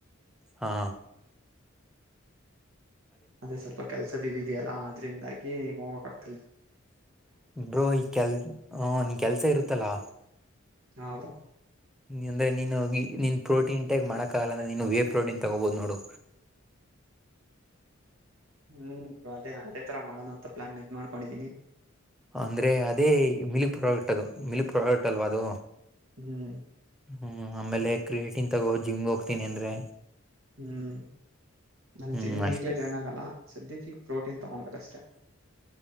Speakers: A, in the centre; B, on the right.
A: ಹಾ
B: ಅದೇ ಸ್ವಲ್ಪ ಕೆಲ್ಸದ ಇದಿದ್ಯಲ್ಲ ಅದ್ರಿಂದಾಗಿ ಹೋಗತ
A: ಬ್ರೋ ಈ ಕೆಲ್ ಹಾ ಕೆಲ್ಸ ಇರುತ್ತಲಾ
B: ಹೌದು
A: ಅಂದ್ರೆ ನೀನು ನೀನ್ ಪ್ರೋಟೀನ್ ಟ್ಯಾಗ್ ಮಾಡೋಕ್ಕಾಗಲ್ಲ ಅಂದ್ರೆ ನೀನು ವೇ ಪ್ರೋಟೀನ್ ತಗೋಬೋದು ನೋಡು
B: ಹ <inaudible> ಹ್ಮ್ ಅದೇ ಅದೇ ತರ ಮಾಡೋಣಂತ ಪ್ಲಾನ್ ಇದ್ ಮಾಡ್ಕೊಂಡಿದ್ದೀನಿ
A: ಅಂದ್ರೆ ಅದೇ ಮಿಲ್ಕ್ ಪ್ರಾಡಕ್ಟ್ ಅದು ಮಿಲ್ಕ್ ಪ್ರಾಡಕ್ಟ್ ಅಲ್ವಾ ಅದು
B: ಹ್ಮ್
A: ಹ್ಮ್ ಆಮೇಲೆ ಕ್ರಿಕೆಟಿನ್ ತಗೋ ಜಿಮ್ಗೆ ಹೋಗ್ತೀನಿ ಅಂದ್ರೆ
B: ಹ್ಮ್ ನನ್
A: ಹ್ಮ್
B: ಜಿಮ್
A: ಅಷ್ಟೇ
B: ಈಗ್ಲೆೇ ಜಾಯ್ನ್ ಆಗಲ್ಲ ಸದ್ಯಕ್ಕೆ ಈ ಪ್ರೋಟೀನ್ ತಗೊಂಡ್ಂಬೆಕ್ ಆಸ್ ಹ <inaudible>